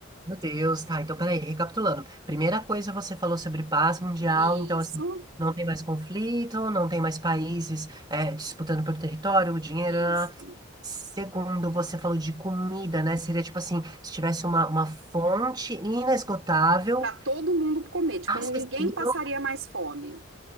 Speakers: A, on the right (about 20°); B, on the right (about 80°).
A: meu Deus, tá, então peraí, recapitulando. Primeira coisa, você falou sobre paz mundial,
B: Isso,
A: então assim, não tem mais conflito, não tem mais países é, disputando pelo território, o dinheiro.
B: isso.
A: né? né, né. Segundo, você falou de comida, né? Seria tipo assim, se tivesse uma, uma fonte inesgotável,
B: Para todo mundo comer, tipo,
A: acessível.
B: ninguém passaria mais fome.